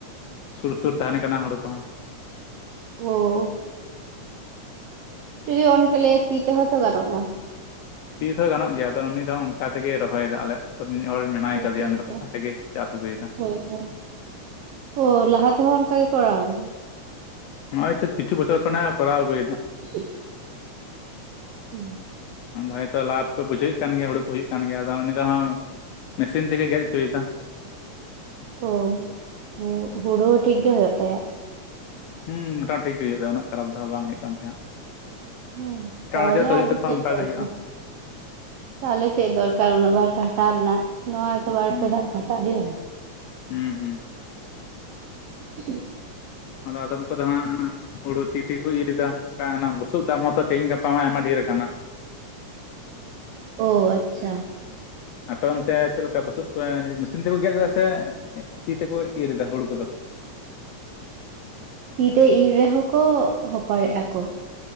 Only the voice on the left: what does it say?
ᱥᱩᱨ ᱥᱩᱨ ᱛᱟᱦᱮᱱ ᱠᱟᱱᱟ ᱦᱩᱲᱩ ᱠᱚᱦᱚᱸ
ᱛᱤᱛᱮᱦᱚᱸ ᱜᱟᱱᱚᱜ ᱜᱮᱭᱟ ᱟᱫᱚ ᱩᱱᱤ ᱫᱚ ᱚᱱᱠᱟ ᱛᱮᱜᱮᱭ ᱨᱚᱦᱚᱭᱮᱫᱟ ᱟᱞᱮᱭᱟᱜ ᱛᱚ ᱢᱤᱫ ᱦᱚᱲ ᱢᱮᱱᱟᱭ
ᱟᱠᱟᱫᱮᱭᱟ ᱩᱱᱤ ᱫᱚ
ᱚᱱᱠᱟ ᱛᱮᱜᱮ ᱪᱟᱥ ᱟᱹᱜᱩᱭᱮᱫᱟ᱾
ᱱᱚᱜᱼᱚᱭ ᱛᱚ ᱠᱤᱪᱩ ᱵᱚᱪᱷᱚᱨ ᱠᱷᱚᱱᱟᱜ ᱠᱚᱨᱟᱣ ᱟᱜᱩ
ᱟᱫᱚ ᱦᱚᱭᱛᱚ ᱞᱟᱵᱷ ᱯᱮ ᱵᱩᱡᱷᱟᱹᱣᱮᱫ ᱠᱟᱱ ᱜᱮᱭᱟ ᱦᱩᱲᱩ ᱠᱚ ᱦᱩᱭᱩᱜ ᱠᱟᱱ ᱜᱮᱭᱟ ᱟᱫᱚ ᱩᱱᱤ ᱫᱚ ᱦᱟᱸᱜ ᱢᱮᱥᱤᱱ ᱛᱮᱜᱮ ᱜᱮᱫ ᱚᱪᱚᱭᱮᱫᱟ᱾
ᱦᱩᱸ ᱢᱳᱴᱟᱢᱩᱴᱤ ᱴᱷᱤᱠ ᱜᱮ ᱦᱩᱭᱩᱜ ᱛᱟᱭᱟ ᱩᱱᱟᱹᱜ ᱠᱷᱟᱨᱟᱯ ᱫᱚ ᱵᱟᱝ ᱦᱩᱭᱩᱜ ᱠᱟᱱ ᱛᱟᱭᱟ
ᱮᱴᱟᱜ
ᱦᱚᱲᱟᱜ ᱪᱮᱫ ᱞᱮᱠᱟ ᱦᱩᱭᱩᱜ
ᱛᱟᱠᱚᱣᱟ
ᱚᱱᱠᱟ
ᱜᱮ ᱦᱩᱭᱩᱜᱼᱟ
ᱦᱩᱸ
ᱦᱩᱸ ᱦᱩᱸ
ᱟᱫᱚ ᱟᱫᱚᱢ ᱠᱚᱫᱚ ᱦᱟᱸᱜ ᱦᱩᱲᱩ ᱛᱤ ᱛᱤ ᱠᱩ ᱤᱨ ᱮᱫᱟ ᱚᱱᱟ ᱵᱩᱥᱩᱵ ᱫᱟᱢ ᱦᱚᱸᱛᱚ <unintelligible> ᱛᱮᱦᱮᱧ ᱜᱟᱯᱟ ᱢᱟ ᱟᱭᱢᱟ ᱰᱮᱨ ᱟᱠᱟᱱᱟ᱾
ᱟᱯᱮ ᱚᱱᱛᱮ ᱪᱮᱫ ᱞᱮᱠᱟ ᱵᱩᱥᱩᱵ ᱯᱮ ᱢᱮᱥᱤᱱ ᱛᱮᱠᱚ ᱜᱮᱫ ᱮᱫᱟ ᱥᱮ ᱛᱤ ᱛᱮᱠᱚ ᱤᱨ ᱮᱫᱟ ᱦᱩᱲᱩ ᱠᱚᱫᱚ?